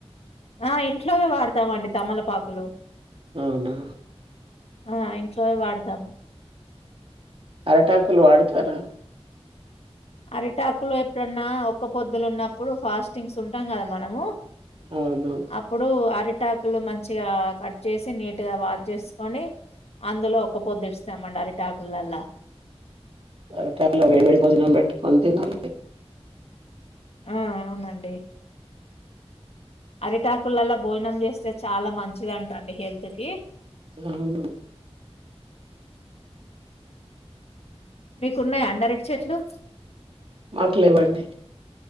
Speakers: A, on the left (about 70°); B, on the right (about 55°).
A: ఆ ఇంట్లో వాడతామండి తమలపాకులు
B: అవునా
A: ఆ ఇంట్లోనే వాడతాము
B: అరిటాకులు వాడతారా?
A: అరిటాకులు ఎప్పుడన్నా ఒక్క పొద్దులు ఉన్నప్పుడు ఫాస్టింగ్స్ ఉంటాం కదా మనము.
B: అవును
A: అప్పుడు అరట్ టాకులు మంచిగా కట్ చేసి నీట్గా వాష్ చేసుకొని అందులో ఒకపొద్దు ఇడుస్తామండి అరిటాకులల్ల
B: <unintelligible> ఉంది <inaudible>
A: ఆ అవునండి. అరిటాకులల్ల భోజనం చేస్తే చాలా మంచిది అంటండి హెల్త్కి
B: అవునా
A: మీకున్నయా అండి అరట్ చెట్లు
B: ఆకలివండి